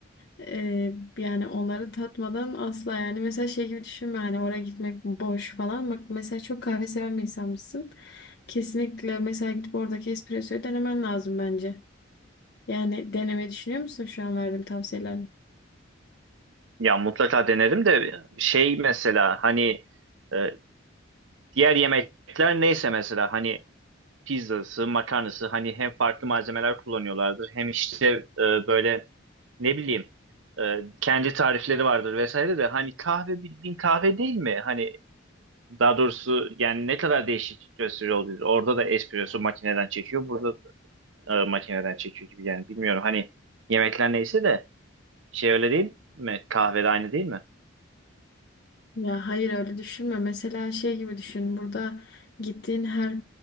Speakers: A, on the left; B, on the right.
A: Ee, yani onları tatmadan asla yani mesela şey gibi düşünme hani oraya gitmek boş falan. Bak mesela çok kahve seven bir insanmışsın. Kesinlikle mesela gidip oradaki espressoyu denemen lazım bence. Yani denemeyi düşünüyor musun şu an verdiğim tavsiyelerden?
B: Ya mutlaka denerim de şey mesela hani e, diğer yemekler neyse mesela hani pizzası, makarnası hani hem farklı malzemeler kullanıyorlardır hem işte e, böyle ne bileyim e, kendi tarifleri vardır vesaire de hani kahve bildiğin kahve değil mi? Hani daha doğrusu yani ne kadar değişik gösteriyor olabilir. Orada da espresso makineden çekiyor, burada e, makineden çekiyor gibi yani bilmiyorum. Hani yemekler neyse de şey öyle değil mi? Kahve de aynı değil mi?
A: Ya hayır öyle düşünme. Mesela şey gibi düşün. Burada gittiğin her